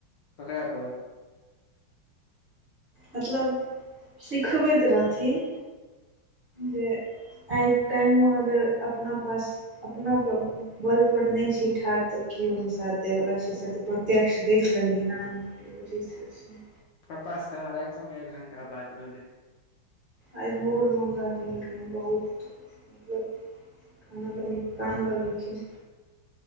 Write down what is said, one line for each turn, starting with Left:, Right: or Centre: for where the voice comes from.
Left: ककरा पर
Right: मतलब सिखबैत रहथिन जे आइके टाइममे अगर अपना पास अपना पर बल पर नहि छी ठाढ़ त किओ नय साथ दय वाला छै से त प्रत्यक्ष देख लेलह न हम ओ चीज त
Left: पप्पास से त हमरा राशियों मे एक घण्टा बात भेलै
Right: आइ भोरमे हमरा भेल रहय बहुत मतलब एना लगलै कानय लगलखिन